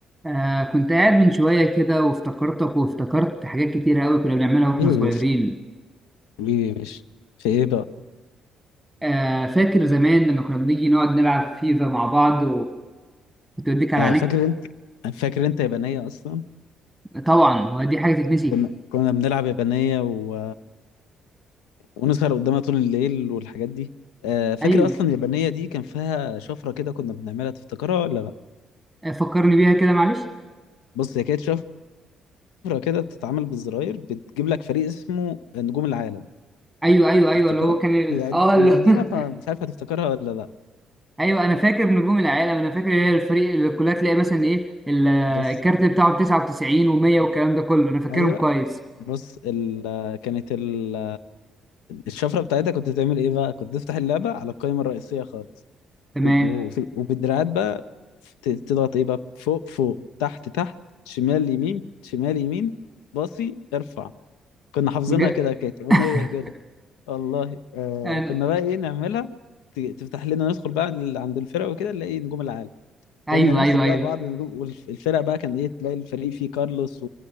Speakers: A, in the centre; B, on the left.
A: آه كنت قاعد من شوية كده وافتكرتك وافتكرت حاجات كتير أوي كنا بنعملها وإحنا
B: ايه يا
A: صغيرين
B: باشا حبيبي يا باشا في ايه بقى
A: آه فاكر زمان لما كنا بنيجي نقعد نلعب فيفا مع بعض وتوديك على
B: آه
A: عينيك
B: فاكر انت فاكر انت يابانية اصلا
A: طبعا هو دي حاجة تتنسي
B: كنا كنا بنلعب يابانية و... ونسهر قدامها طول الليل والحاجات دي آه فاكر
A: أيوه
B: اصلا اليابانية دي كان فيها شفرة كده كنا بنعملها تفتكرها ولا لا
A: آه، فكرني بيها كده معلش
B: بص هي كانت شفرة كده بتتعمل بالزراير بتجيب لك فريق اسمه نجوم العالم
A: أيوه أيوه أيوه
B: تفتكرها
A: اللي هو كان ال-
B: هي قد-
A: أه
B: هي
A: ال-
B: قديمة فمش
A: <laughs>
B: عارف هتفتكرها ولا لا
A: أيوه أنا فاكر نجوم العالم أنا فاكر إيه الفريق اللي كلها تلاقي مثلا إيه ال- الكارت
B: بص
A: بتاعه 99 و100 والكلام ده كله أنا فاكرهم
B: ايوه
A: كويس
B: بص ال... كانت ال... الشفرة بتاعتها كنت تعمل ايه بقى كنت تفتح اللعبة على القائمة الرئيسية خالص
A: تمام
B: و- وفي وبالدراعات بقى ت- تضغط ايه بقى فوق فوق تحت تحت شمال يمين شمال يمين باصي ارفع كنا حافظينها
A: بجد
B: كده كانت اغنيه
A: <laughs>
B: كده والله آه
A: أنا...
B: كنا بقى ايه نعملها ت- تفتح لنا ندخل بقى لل- عند الفرق وكده نلاقي نجوم العالم كنا
A: أيوه
B: نمسك
A: أيوه
B: بقى
A: أيوه
B: بعض النجوم والفرق بقى كان ايه تلاقي الفريق فيه كارلوس